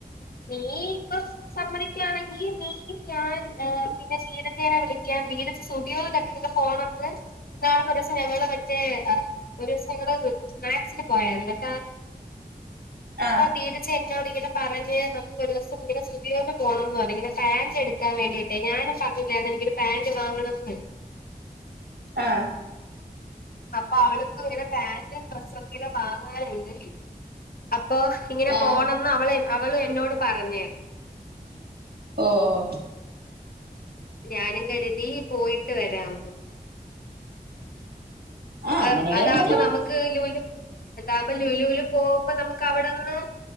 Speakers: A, on the left; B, on the right.
A: നീ ഇപ്പൊ സമ്മതിക്കാണെങ്കി നീ ഞാൻ പിന്നെ സീനത്തേനെ വിളിക്കാം. <unintelligible> ഫോണൊട്ക്ക് ന്നാൾക്ക് ഒരൂസം ഞങ്ങള് മറ്റേ ഒരൂസം ഞങ്ങള് മാക്സില് പോയാര്ന്നു ട്ടാ അപ്പൊ
B: ആ
A: ബീനച്ച എന്നോട് ഇങ്ങനെ പറഞ്ഞ്‌ നമു ക്ക് ഒരൂസം ഇങ്ങനെ സുഡിയോല് പോണംന്നർഞ്ഞ്‌ ഇങ്ങനെ പാന്റ് എടുക്കാൻ വേണ്ടിയിട്ട് ഞാനും <unintelligible> എനിക്കൊരു പാന്റ് വാങ്ങണം ന്ന്
B: ആഹ്
A: അപ്പൊ അവൾക്ക് ഇങ്ങനെ പാന്റും ഡ്രസ്സൊക്കെല്ലാം വാങ്ങാനുണ്ട് അപ്പൊ ഇങ്ങനെ
B: ആ
A: പോണംന്ന് അവളെ അവളും എന്നോട് പറഞ്ഞ്‌
B: ഓഹ്
A: ഞാനും കരുതി പോയിട്ട് വരാം ന്ന്
B: ആ അങ്ങനെയെങ്കി
A: അ അതാമ്പം
B: പോവാം
A: നമുക്ക് ലുല് അതാമ്പ ലുലുല് പോമ്പോ നമുക്ക് അവിടെന്ന്